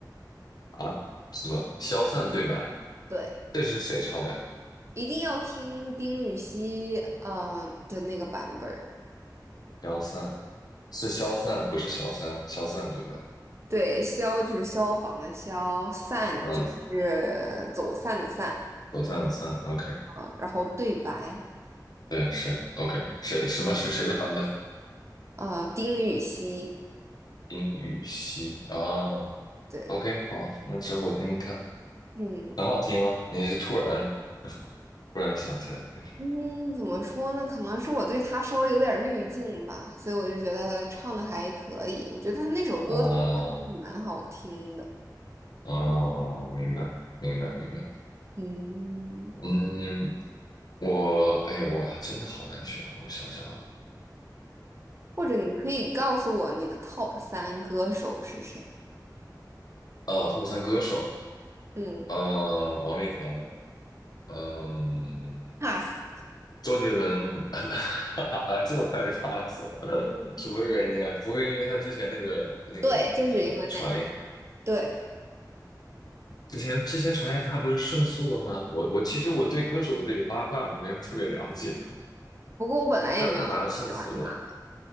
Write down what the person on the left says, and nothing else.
啊，什么消散对白？
这是谁唱的呀？
消散是消散，不是小三。消散对白，
嗯，走散的散，OK，
对，是 OK，谁什么是谁的版本？
冰与熙啊
，OK，好，那之后我听听看，
很好听吗？你是突然 <laughs> 突然想起来这首
啊
啊，明白明白明白明白，
嗯，我哎呀，我真的好难选啊，我想想啊，
啊，他不算歌手。
呃，王力宏，嗯、
周杰伦，<laughs> 啊，这么快就杀了是吧？<laughs> 什么原因啊？不会因为他之前那个那个就是传言，
之前之前传言他不是胜诉了吗？我我其实我对歌手的这个八卦没有特别了解，
他他好像胜诉了，